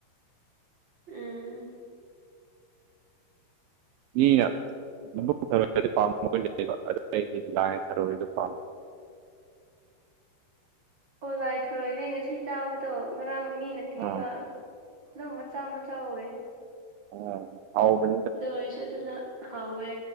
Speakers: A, on the right; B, on the right.
A: ꯎꯝ
B: ꯃꯤꯅ ꯅꯕꯨ ꯊꯔꯣꯏꯒꯗꯤ ꯄꯥꯝꯝꯕ ꯂꯩꯕ ꯑꯗꯨ ꯑꯩꯗꯤ ꯂꯥꯏ ꯊꯔꯣꯏꯁꯨ ꯄꯥꯝꯃꯦ
A: ꯑꯣ ꯂꯥꯏꯊꯣꯔꯛꯏꯅꯦ ꯉꯁꯤ ꯆꯥꯕꯗꯣ ꯉꯔꯥꯡ ꯃꯤꯅ ꯊꯤꯕ
B: ꯑꯥ
A: ꯑꯗꯨꯝ ꯃꯆꯥ ꯃꯆꯥ ꯑꯣꯏꯦ
B: ꯑ ꯑꯥꯎꯕ
A: ꯗꯔꯁꯨ ꯑꯗꯨꯅ ꯍꯥꯎꯋꯦ